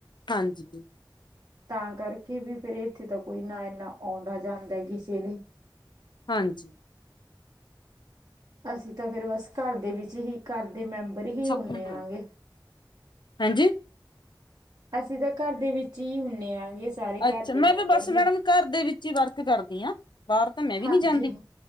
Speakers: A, on the left; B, on the right.
A: ਹਾਂਜੀ।
B: ਤਾਂ ਕਰਕੇ ਵੀ ਫੇਰ, ਏਥੇ ਤਾਂ ਕੋਈ ਨਾਂ ਇੰਨਾ ਆਉਂਦਾ-ਜਾਂਦਾ ਕਿਸੇ ਦੇ
A: ਹਾਂਜੀ।
B: ਅਸੀਂ ਤਾਂ ਫੇਰ ਬਸ ਘਰ ਦੇ ਵਿੱਚ ਹੀ, ਘਰ ਦੇ ਮੈਂਬਰ ਹੀ
A: ਸੱਤ
B: ਹੁੰਨੇ
A: ਮਿੰਟ ਰਹਿ
B: ਆਂਗੇ।
A: ਗਏ। ਹਾਂਜੀ
B: ਅਸੀਂ ਤਾਂ ਘਰ ਦੇ ਵਿੱਚ ਈ ਹੁੰਨੇਂ ਆਂਗੇ, ਸਾਰੇ
A: ਅੱਛਾ
B: ਘਰ ਦੇ
A: ਮੈਂ
B: ਮੈਂਬਰ
A: ਵੀ ਬਸ
B: ਹੀ।
A: ਮੈਡਮ ਘਰ ਦੇ ਵਿੱਚ ਈ ਵਰਕ ਕਰਦੀ ਆ। ਬਾਰ ਤਾਂ ਮੈਂ ਵੀ
B: ਹਾਂਜੀ
A: ਨੀਂ ਜਾਂਦੀ,